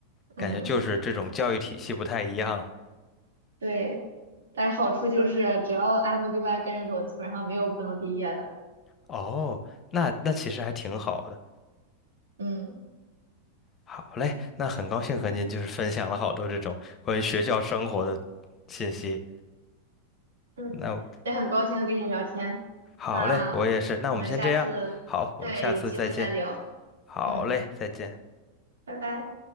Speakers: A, on the right; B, on the left.
A: 嗯，
B: 感觉就是这种教育体系不太一样。
A: 对。但是好处就是只要按部就班跟着走，基本上没有不能毕业的。
B: 哦，那那其实还挺好的。
A: 嗯
B: 好嘞，那很高兴和您就是分享了好多这种关于学校生活的信息。
A: 嗯，
B: 那
A: 也很高兴跟你聊天。
B: 好嘞，
A: 那我们下次对有机会再聊。
B: 我也是。那我们先这样，好，我们下次再见。好嘞，
A: 嗯，
B: 再见。
A: 拜拜。